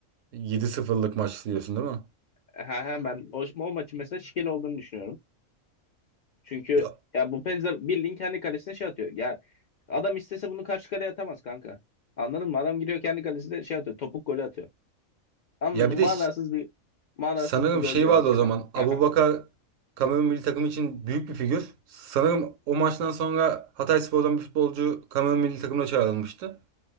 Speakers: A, on the right; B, on the left.
A: yedi sıfırlık maç diyorsun değil mi?
B: Ha, ha, ben o, o maçın mesela şikeli olduğunu düşünüyorum. Çünkü
A: Ya,
B: ya Bukbenza bildiğin kendi kalesine şey atıyor. Ya adam istese bunu karşı kaleye atamaz kanka. Anladın mı? Adam giriyor kendi kalesine şey atıyor. Topuk golü atıyor. Ama
A: ya bir
B: manasız
A: de
B: bir manasız
A: Sanırım
B: bir gol
A: şey
B: ya
A: vardı
B: hakikaten.
A: o zaman.
B: Ha,
A: Abubakar
B: ha,
A: Kamerun milli takımı için büyük bir figür. Sanırım o maçtan sonra Hatayspor'dan bir futbolcu Kamerun milli takımına çağrılmıştı.